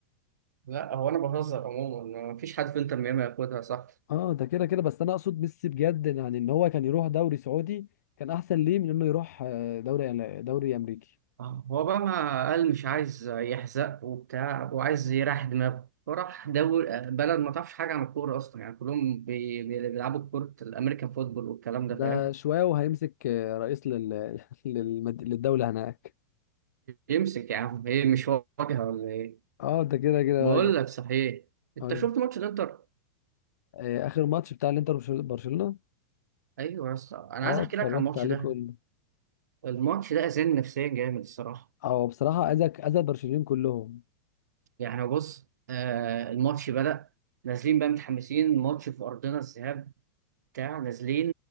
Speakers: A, on the right (about 85°); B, on the left (about 75°).
A: لا هو أنا بهزر عموما مفيش حد في إنتر ميامي هياخدها صح
B: اه ده كده كده بس انا اقصد ميسي بجد يعني ان هو كان يروح دوري سعودي كان احسن ليه من انه يروح آه، دوري دوري امريكي
A: آه، هو بقى ما قال مش عايز يحزق وبتاع وعايز يريح دماغه فراح دول بلد ما تعرفش حاجة عن الكورة أصلا يعني كلهم بي- بي- بيلعبوا كورة الأمريكان فوتبول والكلام
B: ده
A: ده فاهم
B: شوية وهيمسك آه، رئيس لل... <laughs> للمد... للدولة هناك
A: يمسك يا عم إيه مش واجهة ولا إيه
B: اه ده كده كده
A: بقول
B: بقى.
A: لك صحيح أنت
B: اقول
A: شفت
B: لك
A: ماتش الإنتر؟
B: آه، اخر ماتش بتاع الانتر وبرشل- برشلونة
A: أيوه يا اسطى أنا
B: اه
A: عايز أحكي
B: اتفرجت
A: لك عن الماتش
B: عليه
A: ده
B: كله
A: الماتش ده أذاني نفسيا جامد الصراحة
B: اه بصراحة اذى اذى برشلونة كلهم
A: يعني بص آه الماتش بدأ نازلين بقى متحمسين ماتش في أرضنا الذهاب بتاع نازلين